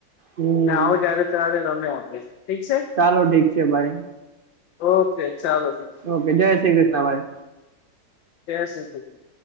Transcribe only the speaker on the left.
આવો જ્યારે ત્યારે તમે વારે ઠીક છે.
ઓકે ચાલો છે.
જય શ્રી કૃષ્ણ.